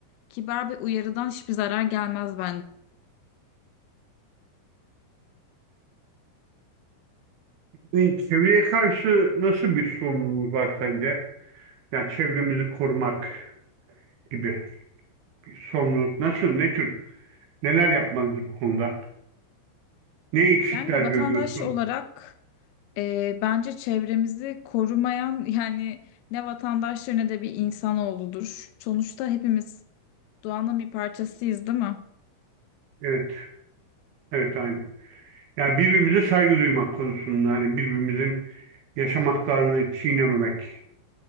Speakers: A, on the left; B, on the right.
A: Kibar bir uyarıdan hiçbir zarar gelmez bence.
B: Yani çevreye karşı nasıl bir sorumluluğumuz var sence? Yani çevremizi korumak gibi bir sorumluluk nasıl, ne tür, neler yapmalıyız bu konuda? Ne eksikler
A: Yani bir vatandaş
B: görüyorsun?
A: olarak e, bence çevremizi korumayan <laughs> yani ne vatandaştır ne de bir insanoğludur. Sonuçta hepimiz doğanın bir parçasıyız, değil mi?
B: Evet, evet aynı. Yani birbirimize saygı duymak konusunda, hani birbirimizin yaşam haklarını çiğnememek